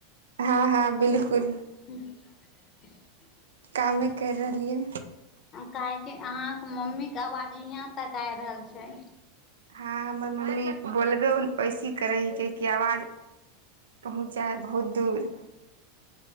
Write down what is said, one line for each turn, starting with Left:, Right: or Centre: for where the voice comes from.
Right: हँ हँ बिलकुल
Left: ह
Right: कामे करि रहलियै
Left: काहेक अहाँके मम्मी आवाज हियाँ तक आइ रहल छै
Right: आ हमर मम्मी बोलबे ऐसी हि करै हिकै कि आवाज पहुँच जाइ है बहुत दूर